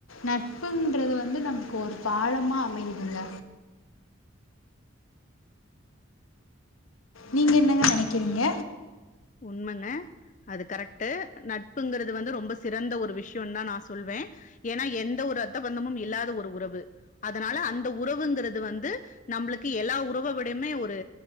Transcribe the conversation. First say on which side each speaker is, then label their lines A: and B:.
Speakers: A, on the left; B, on the left.
A: நட்புன்றது வந்து நமக்கு ஒரு பாலமா அமையதுங்க நீங்க என்னங்க நெனைக்கிறீங்க
B: உண்மைங்க அது கரெக்ட் நட்புங்கிறது வந்து ரொம்ப சிறந்த ஒரு விஷயம் தான் நான் சொல்வேன் ஏன்னா எந்த ஒரு ரத்தபந்தமும் இல்லாத ஒரு உறவு அதனால அந்த உறவுங்கிறது வந்து நம்மளுக்கு எல்லா உறவு விடையுமே ஒரு